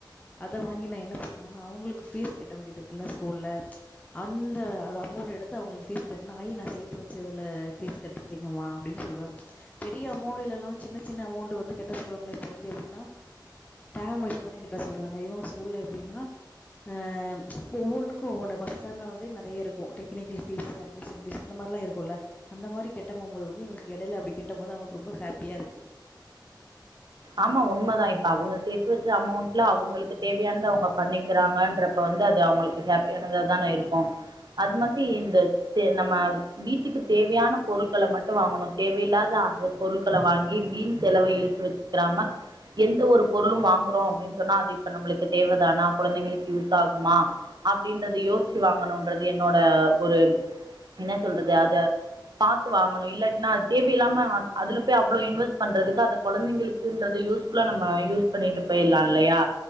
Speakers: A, on the left; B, on the right.
A: அத வாங்கி நா என்ன பண்ணுவேன்னா அவுங்களுக்கு ஃபீஸ் கட்ட வேண்டியது இருக்கும் இல்ல ஸ்கூல்ல அந்த அது அமௌண்ட் எடுத்து அவங்களுக்கு ஃபீஸ் கட்டின ஆய் நான் சேத்து வச்சதுல ஃபீஸ் கட்டிடீங் கமா அப்படின்னு சொல்லுவாங்க பெரிய அமௌண்ட் இல்லன்னும் சின்ன சின்ன அமௌண்ட் வந்து கட்ட சொல்லுவாங்கள இப்ப வந்து எப்படின்னா டேர்ம் வயுசா தான கட்ட சொல்றாங்க இவுங்க ஸுகூல்ல எப்படின்னா ஆ ஒவ்வொன்னுக்கு ஒவ்வொன்னு ஃபர்ஸ்ட் டைம்ல வந்து நிறைய இருக்கும் டெக்னிக்கில் ஃபீஸ்சு அது டியூஷன் ஃபீஸ் அந்த மாரி எல்லா இருக்கும்ல்ல அந்த மாரி கெ ட்டப் போகும்போது வந்து இடையில அப்டி கெட்ட போது அவுங்களுக்கு ரொம்ப ஹாப்பியா இருக்கு
B: ஆமா உண்மதான் இப்ப அவங்க சேர்த்து வச்ச அமௌண்ட்ல அவங்களுக்கு தேவையானதுை அவங்க பண்ணிக்கிறாங்கன்றப்ப வந்து அது அவங்களுக் ஹாப்பியானத தான இருக்கும் அது மாதிரி இந்த தே நம்ம வீட்டுக்கு தேவையான பொருள்கள மட்டும் வாங்கணும் தேவையில்லாத <unintelligible> பொருள்கள வாங்கி வீண் செலவ இழுத்து வச்சுக்கிறாம எந்த ஒரு பொருளும் வாங்குறோம் அப்படின்னு சொன்னா அது இப்ப நம்மளுக்கு தேவதானா குழந்தைங்களுக்கு யூஸ் ஆகுமா அப்படின்றது யோசிச்சு வாங்கணும்ன்றது என்னோட ஒரு என்ன சொல்றது அத பாத்து வாங்கணு இல்லாட்னா அது தேவ இல்லாம அதுல போய் அவ்வளவு இன்வெஸ்ட் பண்றதுக்கு அந்த கொழந்திங்ளுக் குன்றது யூஸ் ஃபுல்லா நம்ம யூஸ் பண்ணிட்டு போயில்லா இல்லையா